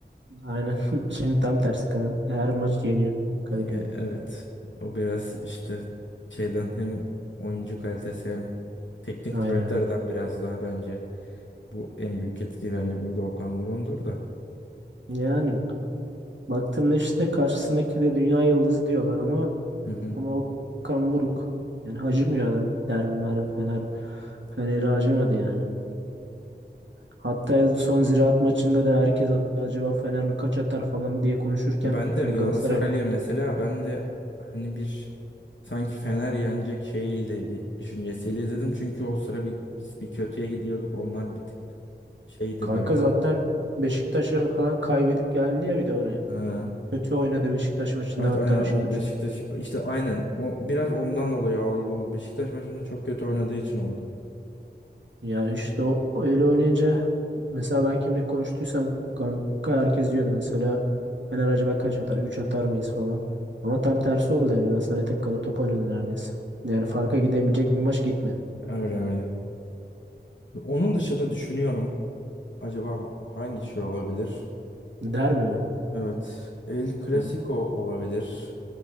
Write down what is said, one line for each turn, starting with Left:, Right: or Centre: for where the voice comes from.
Right: Aynen. <laughs> Şimdi tam tersi. Ka- Her maç yeniyor Kadıköy'de.
Left: Ya, evet o biraz işte şeyden hem oyuncu kalitesi hem teknik
Right: Aynen.
Left: direktörden
Right: aynen.
Left: biraz daha bence. Bu en büyük etki bence burada Okan Buruk'undur da.
Right: Yani baktığında işte karşısındaki de dünya yıldızı diyorlar ama
Left: Hı hı.
Right: ama Okan Buruk. Yani acımıyor adam. Derbi merbi Fener Fener'i acımadı yani. Hatta son Ziraat maçında da herkes acaba Fener kaç atar falan diye konuşurken
Left: Ya ben de
Right: çünkü
Left: Galatasaraylı'ya
Right: Galatasaray
Left: mesela ben de hani bir sanki Fener yenecek şeyiyle bir düşüncesiyle izledim. Çünkü o sıra bir, biz bir kötüye gidiyorduk. Onlar bir tık şeydi
Right: Kanka
Left: böyle.
Right: zaten Beşiktaş'a falan kaybedip geldi ya bir de oraya.
Left: Ha.
Right: Kötü oynadı Beşiktaş maçında
Left: Evet
Right: hatta
Left: aynen
Right: Beşiktaş.
Left: o Beşiktaş işte aynen o biraz ondan dolayı algı oldu. Beşiktaş maçında çok kötü oynadığı için oldu.
Right: Ya işte o öyle oynayınca mesela ben kimle konuştuysam kanka herkes diyordu mesela Fener acaba kaç atar? üç atar mıyız falan. Ama tam tersi oldu yani Galatasaray tek kale top oynadı neredeyse. Yani farka gidebilecek bir maç gitmedi.
Left: Öyle öyle. Onun dışında düşünüyorum acaba hangi şey olabilir?
Right: Derbi mi?
Left: Evet El Clasico
Right: Ya
Left: olabilir.